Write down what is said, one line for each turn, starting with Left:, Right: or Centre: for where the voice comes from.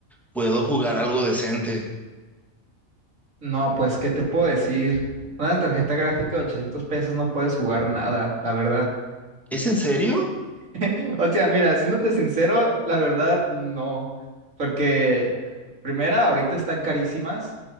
Centre: puedo jugar algo decente.
Right: No, pues, ¿qué te puedo decir? Una tarjeta gráfica de 800 pesos no puedes jugar nada, la verdad.
Centre: ¿Es en serio?
Right: <laughs> O sea, mira, siéndote sincero, la verdad, no. Porque, primera, ahorita están carísimas.